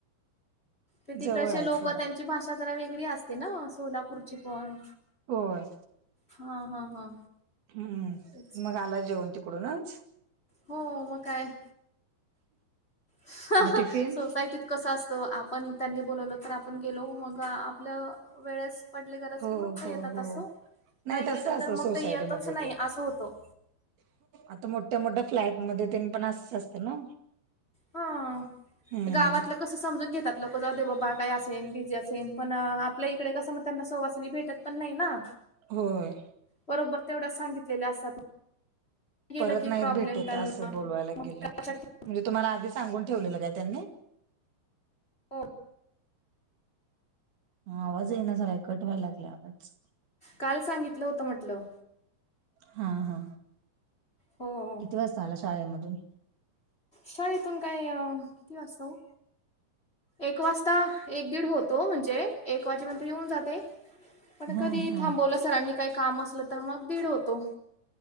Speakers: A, on the left (about 15°); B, on the right (about 65°).
A: ते तिकडचे
B: जवळ आहे
A: लोक
B: थोडं
A: त्यांची भाषा जरा वेगळी असतना ना सोलापूरची पण
B: होय.
A: हा हा हा
B: हम्म
A: तेच
B: मग आला जेवुन तिकडूनच
A: हो मग काय ह
B: मग
A: हा
B: टिफिन
A: सोसायटीत कसं असतो आपण त्यांनी बोलावल तर आपण गेलो मग आपल्या वेळेस त्या पडली गरज
B: हो
A: क मग ते
B: हो
A: येतात
B: हो
A: असो नाही
B: तसं
A: गेलं
B: असं
A: तर मग
B: सोसायटीमध्ये
A: ते येतच नाही
B: ते
A: असं होतो.
B: आता मोठ्या मोठ्या फ्लॅट मध्ये तेन पण असच असतं ना.
A: हा
B: हम्म
A: गावातलं कस समजून घेतात लोकं जउदे बाबा काय असेन बिझी असेन पण आपल्या इकडे कसं मग त्यांना सहवासनी भेटत पण नाही ना.
B: होय.
A: बरोबर तेवढ्या सांगितलेल्या असतात. गेलं
B: परत
A: की
B: नाहीत
A: प्रॉब्लेम
B: भेटत
A: त्यांना
B: असं, बोलावायला गेल
A: लक्षात
B: की
A: ठेव
B: म्हणजे तुम्हाला आधी सांगून ठेवलेलं काय त्यांनी
A: हो
B: आवाज ये ना झालाय कट व्हायला लागला आवाज.
A: काल सांगितलं होतं म्हटलं.
B: हा हा
A: हो
B: किती वाजता आला शाळेमधून
A: शाळेतून काय किती वसता वू एक वाजता एक दीड होतो म्हणजे एक वाजेपर्यंत येऊन जाते. पण
B: हा
A: कधी
B: हा
A: थांबवलं सरांनी काही काम असलं तर, मग दीड होतो.